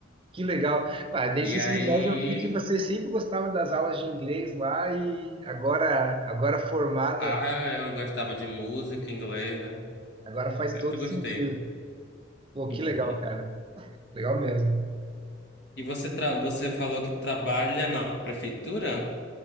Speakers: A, on the right; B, on the left.
A: Que legal. Ah, desde
B: E
A: o
B: aí,
A: ensino médio eu vi que você sempre gostava das aulas de inglês lá e agora, agora formada,
B: ah, eu gostava de música, inglês, né?
A: agora faz
B: Sempre
A: todo
B: gostei.
A: sentido. Pô, que
B: <laughs>
A: legal, cara. Legal mesmo.
B: E você, tra você falou que trabalha na prefeitura?